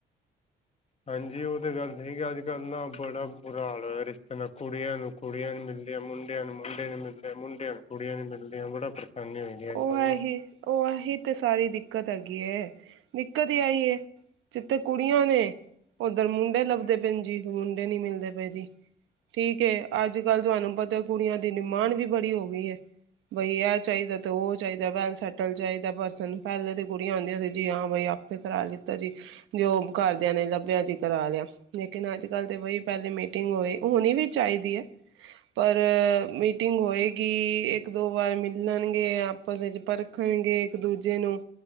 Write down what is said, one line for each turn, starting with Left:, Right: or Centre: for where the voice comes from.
Left: ਹਾਂਜੀ ਉਹ ਤੇ ਗੱਲ ਠੀਕ ਅੱਜਕੱਲ ਨਾ ਬੜਾ ਬੁਰਾ ਹਾਲ ਹੋਇਆ ਰਿਸ਼ਤੇ ਨਾ ਕੁੜੀਆਂ ਨੂੰ ਕੁੜੀਆਂ ਨੀ ਮਿਲਦੀਆਂ ਮੁੰਡਿਆਂ ਨੂੰ ਮੁੰਡੇ ਨੀ ਮਿਲਦੇ ਮੁੰਡਿਆਂ ਨੂੰ ਕੁੜੀਆਂ ਨੀ ਮਿਲਦੀਆਂ ਬੜਾ ਪਰੇਸ਼ਾਨੀ ਹੋਈ ਦੀ ਅੱਜ
Right: ਉਹ
Left: ਕੱਲ੍ਹ
Right: ਏ
Left: ਨਾ
Right: ਹੀ ਉਹ ਐ ਹੀ ਤੇ ਸਾਰੀ ਦਿੱਕਤ ਹੈਗੀ ਹੈ ਦਿੱਕਤ ਹੀ ਆਈ ਹੈ। ਜਿੱਥੇ ਕੁੜੀਆਂ ਨੇ ਉਧਰ ਮੁੰਡੇ ਲੱਭਦੇ ਪਏ ਜੀ ਮੁੰਡੇ ਨੀ ਮਿਲਦੇ ਪਏ ਜੀ, ਠੀਕ ਹੈ ਅੱਜਕੱਲ ਤੁਹਾਨੂੰ ਪਤਾ ਕੁੜੀਆਂ ਦੀ ਡਿਮਾਂਡ ਵੀ ਬੜੀ ਹੋ ਗਈ ਏ ਬਈ ਆ ਚਾਹੀਦਾ ਉਹ ਚਾਹੀਦਾ ਵੈਲ ਸੈਟਲ ਚਾਹੀਦਾ ਪਰਸਨ ਪਹਿਲੇ ਤਾਂ ਕੁੜੀਆਂ ਹੁੰਦੀਆ ਸੀ ਜੀ ਹਾਂ ਬਾਈ ਆਪੇ ਕਰਾ ਲਿੱਤਾ ਜੀ ਜੋ ਕਰਦਿਆਂ ਨੇ ਲੱਭਿਆ ਜੀ ਕਰਾ ਲਿਆ। ਲੇਕਿਨ ਅੱਜਕੱਲ ਤੇ ਬਈ ਪਹਿਲੇ ਮੀਟਿੰਗ ਹੋਏ ਹੋਈ ਹੋਣੀ ਵੀ ਚਾਹੀਦੀ ਹੈ ਪਰ ਮੀਟਿੰਗ ਹੋਏਗੀ ਇੱਕ-ਦੋ ਵਾਰ ਮਿਲਣ ਆਪਸ ਵਿੱਚ ਪਰਖਣਗੇ ਇੱਕ ਦੂਜੇ ਨੂੰ